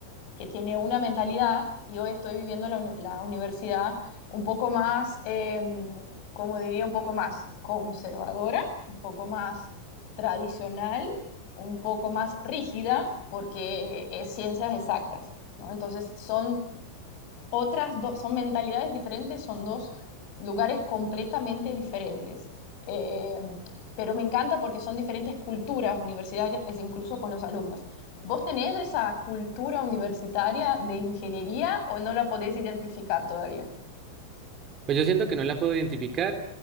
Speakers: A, on the left (about 45°); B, on the right (about 30°).
A: que tiene una mentalidad y hoy estoy viviendo la, uni- la universidad un poco más, eh, como diría, un poco más conservadora, un poco más tradicional, un poco más rígida, porque es ciencias exactas, ¿no? Entonces son otras dos, son mentalidades diferentes, son dos lugares completamente diferentes. Eh, pero me encanta porque son diferentes culturas universitarias, es incluso con los alumnos. ¿Vos tenés esa cultura universitaria de ingeniería o no la podés identificar todavía?
B: Pues yo siento que no la puedo identificar,